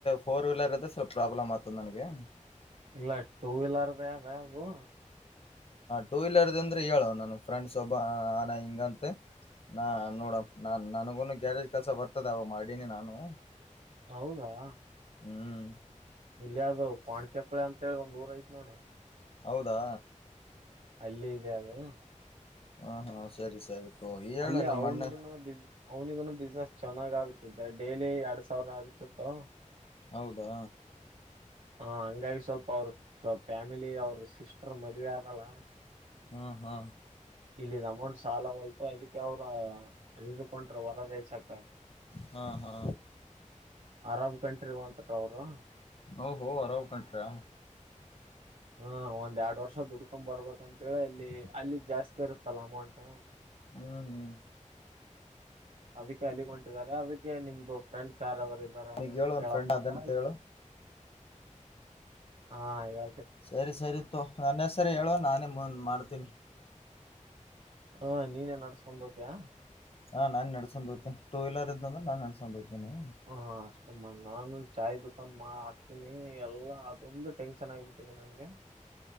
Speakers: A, on the left; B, on the right.
A: ಫೋರ್ ವೀಲರ್ ಇದ್ರೆ ಸ್ಲ್ಪ ಪ್ರಾಬ್ಲ್ತ್ತ ನನಗೆ
B: ಇಲ್ಲ ಟೂ ವೀಲರ್ದ ಅದ ಅದು
A: ಟು ವೀಲರ್ ಇದ್ರೆ ಹೇಳು ನಮ್ ಫ್ರೆಂಡ್ ಒಬ್ಬ ಹಣ ಇಂಗಂತೆ ನೋಡೋಣ ನಾ ನನ್ಗುನು ಗ್ಯಾರೇಜ್ ಕೆಲಸ ಬರ್ತದ ಅವ ಮಾಡಿನಿ ನಾನು
B: ಹೌದಾ
A: ಹ್ಮ್
B: ಇಲ್ಲಿ ಅದದು ಚೆಪ್ಪಳ ಅಂತೇಳಿ ಒಂದ್ಊರ ಐತ್ ನೋಡ್ರ
A: ಹೌದಾ
B: ಅಲ್ಲೇ ಇದೆ ಅದು
A: ಹ ಹಾ ಸರಿ ಸರಿ ತೋ ಹೇಳು
B: ಅಲ್ಲಿ ಅವನುಗನು
A: ನಿಮ್ಮ ಅಣ್ಣ
B: ಬ ಅವ್ನಿಗನು ಬಿಸ್ನೆಸ್ ಚೆನ್ನಾಗ್ ಆಗ್ತ ಡೈಲಿ ಎರಡ್ ಸಾವಿರ ಆಗ್ತಿತ್ತು
A: ಹೌದಾ
B: ಹ ಹಂಗಾಗಿ ಸ್ವಲ್ಪ ಅವ್ರ ಫ್ಯಾಮಿಲಿ ಅವ್ರ ಸಿಸ್ಟರ್ ಮದುವೆಆದಲ್ಲ
A: ಹ್ಮ ಹ್ಮ
B: ಇಲ್ಲಿ ಅಮೌಂಟ್ ಸಾಲ ಹೊಲ್ತು ಅದಕ್ಕೆ ಅವ್ರ ಹಿದು ಹೊರದಸಕ
A: ಹಾ ಹಾ
B: ಅರಬ್ ಕಂಟ್ರಿ ಅಂತ ಅವರು
A: ಹ ಹೊ ಅರಾವ್ ಕಂಟ್ರಿ
B: ಹ್ಮ ಒಂದ್ ಎರಡು ವರ್ಷ ದುಡ್ಕೊ್ ಬರ್ಬೇಕಂತೇಳಿ ಅಲ್ಲಿ ಅಲ್ಲಿ ಜಾಸ್ತಿ ಇರುತ್ತಲ್ಲ ಅಮೌಂಟ್
A: ಹ್ಮ್ ಹ್ಮ್
B: ಅದಕ್ಕೆ ಅಲಿ ಹೊಂಟಿದ್ದಾರೆ ಅದಕ್ಕೆ ನಿಮ್ದು ಫ್ರೆಂಡ್ಸ್ ಯಾರಾದರು ದರ
A: ಈಗ
B: ಅಂತ
A: ಹೇಳು ಒಂದ್
B: ಕೇಳಪ್ಪ
A: ಫ್ರೆಂಡ್ ಅದಂತ
B: ಅಂಗ
A: ಹೇಳು
B: ಹಾ ಯ
A: ಸರಿ ಸರಿತ್ತು ನನ್ನ ಹೆ ಸರಿ ಹೇಳುವ ನಾನೇ ಮುಂದ ಮಾಡ್ತೀನಿ
B: ಹ ನೀನ್ನಡ್ಸ್ಕೊಂಡ್ಗತಯಾ
A: ಹಾ ನಾನ್ ನಡ್ಸೊಂಡ್ ಹೋಗ್ತನ ಟ ವೀಲರ್ ಇದ್ದ ಅ್ರ ನಸ್ಕೊಂಡ ಹೋಗ್ತೀನಿ
B: ಹ ಅಷ್ಟಮ್ಮ ನಾನು ಚಾಯ್ ದುಕಾನ್ ಮಾ ಹಾಕ್ತೀನಿ ಎಲ್ಲಾ ಅದೊಂದು ಟೆನ್ಷನ್ ಆಗಿಬಿಟ್ಟಿದೆ ನನ್ಗೆ